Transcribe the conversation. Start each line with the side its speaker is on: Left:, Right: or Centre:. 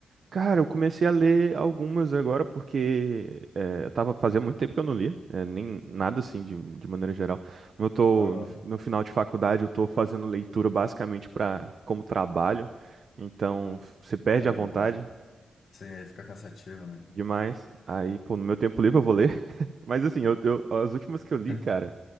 Right: Cara, eu comecei a ler algumas agora porque eh, eu tava fazia muito tempo que eu não lia, eh, nem nada assim de, de maneira geral. Como Eu tô
Left: Aham.
Right: no, fi- no final de faculdade, eu tô fazendo leitura basicamente para como trabalho, então f- você perde
Left: Aí,
Right: a vontade
Left: é. Sim, aí fica cansativo, né?
Right: demais. Aí, pô, no meu tempo livre eu vou ler, <laughs> mas assim, eu, eu- as últimas que eu li,
Left: <laughs>
Right: cara,